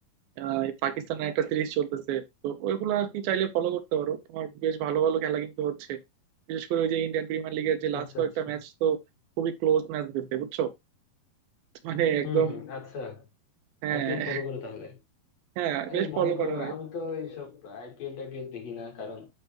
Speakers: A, on the right (about 80°); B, on the left (about 45°).
A: আহ, এই পাকিস্তানের একটা সিরিজ চলতেছে তো ওইগুলো আর কি চাইলে ফলো করতে পারো তোমার বেশ ভালো ভালো খেলা কিন্তু হচ্ছে বিশেষ করে ওই যে ইন্ডিয়ান প্রিমিয়ার লিগের যে লাস্ট
B: আচ্ছা
A: কয়েকটা
B: আচ্ছা
A: ম্যাচ তো খুবই ক্লোজ ম্যাচ দিচ্ছে বুঝছো মানে একদম
B: হুম হুম আচ্ছা
A: হ্যাঁ
B: আইপিএল ফলো করো তাহলে
A: হ্যাঁ
B: আরে
A: বেশ
B: মনে
A: ফলো
B: করো
A: করা হয়
B: আমি তো এইসব আইপিএল টাইপিএল দেখি না কারণ